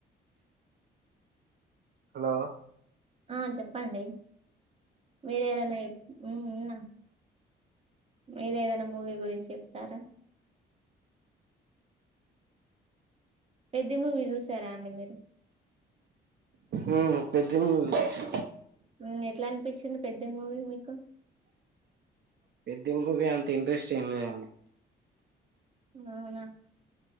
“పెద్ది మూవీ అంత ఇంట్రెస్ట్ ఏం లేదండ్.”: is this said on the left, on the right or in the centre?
Right